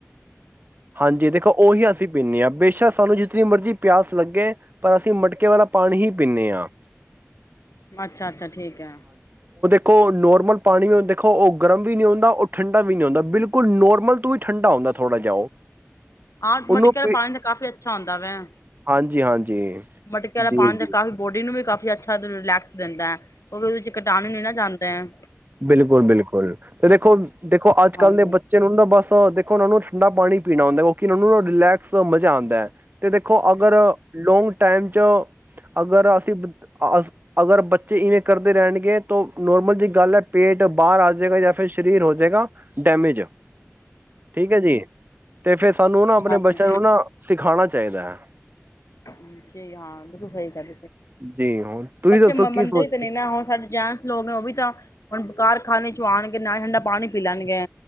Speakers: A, on the right; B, on the left.
A: ਹਾਂਜੀ ਦੇਖੋ ਉਹੀ ਅਸੀਂ ਪੀਂਦੇ ਹਾਂ ਬੇਸ਼ੱਕ ਸਾਨੂੰ ਜਿਤਨੀ ਮਰਜ਼ੀ ਪਿਆਸ ਲੱਗੇ ਪਰ ਅਸੀਂ ਮਟਕੇ ਵਾਲਾ ਪਾਣੀ ਹੀ ਪੀਂਦੇ ਹਾਂ
B: ਅੱਛਾ, ਅੱਛਾ ਠੀਕ ਹੈ
A: ਓ ਨੌਰਮਲ ਪਣੀ ਓ ਦੇਖੋ ਗਰਮ ਵੀ ਨਈ ਹੁੰਦਾ ਓ ਠੰਡਾ ਵੀ ਨਹੀਂ ਹੁੰਦਾ ਬਿਲਕੁਲ ਨੋਰਮਲ ਤੂੰ ਠੰਡਾ ਹੁੰਦਾ ਥੋੜਾ ਜਿਹਾ ਉਹ
B: ਹਾਂ
A: ਉਹਨੂੰ
B: ਮਟਕੇ ਆਲਾ
A: ਪ
B: ਪਾਣੀ ਤਾਂ ਕਾਫ਼ੀ ਅੱਛਾ ਹੁੰਦਾ ਵੇ।
A: ਹਾਂਜੀ ੀ ਹਾਂਜੀ
B: ਮਟਕੇ ਵਾਲਾ
A: ਜੀ
B: ਪਾਉਣ
A: ਜੀ
B: ਦਾ ਕਾਫ਼ੀ ਬੋਡੀ ਨੂੰ ਵੀ ਕਾਫੀ ਅੱਛਾ ਰਿਲੈਕਸ ਦਿੰਦਾ ਹੈ। ਉਹ ਵੀ ਉਹਦੇ ਚ ਕਟਾਣ ਨੀ ਨਾ ਜਾਂਦਾ ਹੈ
A: ਬਿਲਕੁਲ, ਬਿਲਕੁਲ ਤੇ ਦੇਖੋ ਦੇਖੋ ਅੱਜ
B: ਹਾਂਜੀ
A: ਕੱਲ੍ਹ ਦੇ ਬੱਚੇ ਨੂੰ ਨਾ ਬਸ ਦੇਖੋ ਉਹਨਾਂ ਨੂੰ ਠੰਡਾ ਪਾਣੀ ਪੀਣਾ ਹੁੰਦਾ, ਕਿਉਂਕਿ ਉਹਨਾਂ ਨੂੰ ਰਿਲੈਕਸ ਮਜ਼ਾ ਆਉਂਦਾ ਹੈ ਤੇ ਦੇਖੋ ਅਗਰ ਲੌਂਗ ਟਾਈਮ ਚ ਅਗਰ ਅਸੀਂ ਅਗਰ ਬੱਚੇ ਇਵੇਂ ਕਰਦੇ ਰਹਿਣਗੇ ਤੋਂ ਨੋਰਮਲ ਜਿ ਗੱਲ ਹੈ ਬਾਹਰ ਆ ਜਾਏਗਾ ਜਾਂ ਫਿਰ ਸਰੀਰ ਹੋ ਜਾਏਗਾ ਡੈਮੇਜ ਠੀਕ ਹੈ ਜੀ ਤੇ ਫੇਿਰ ਸਾਨੂੰ ਨਾ ਆਪਣੇ
B: ਹਾਂਜੀ
A: ਬੱਚਿਆਂ ਨੂੰ ਨਾ ਸਿਖਾਉਣਾ ਚਾਹੀਦਾ
B: ਹਾਂ ਬਿਲਕੁਲ ਸਹੀ ਕਰ
A: ਜੀ ਹੁਣ ਤੁਸੀਂ
B: ਬੱਚੇ
A: ਦੱਸੋ
B: ਮੰਨਦੇ
A: ਕੀ ਸੋਚਦੇ
B: ਹੀ ਤੇ ਨਹੀਂ ਨਾ ਹੁਣ ਸਾਡੇ ਜੈਮਸ ਲੋਕ ਨੇ ਉਹ ਵੀ ਤਾਂ ਹੁਣ ਕਾਰਖਾਨੇ ਚ ਆਉਣਗੇ ਨਾ ਠੰਡਾ ਪਾਣੀ ਪੀ ਲੈਣਗੇ